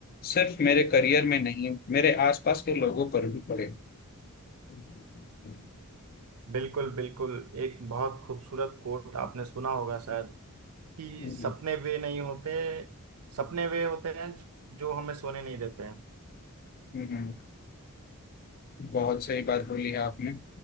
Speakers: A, on the left; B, on the right.
A: सिर्फ मेरे करियर में नहीं, मेरे आसपास के लोगों पर भी पड़े। हम्म, हम्म,
B: बिल्कुल बिल्कुल एक बहुत खूबसूरत कोट आपने सुना होगा शायद कि
A: हम्म,
B: सपने
A: हम्म,
B: वे नहीं होते सपने वे होते हैं जो जो हमें सोने नहीं देते हैं
A: हम्म, हम्म, बहुत सही बात बोली है आपने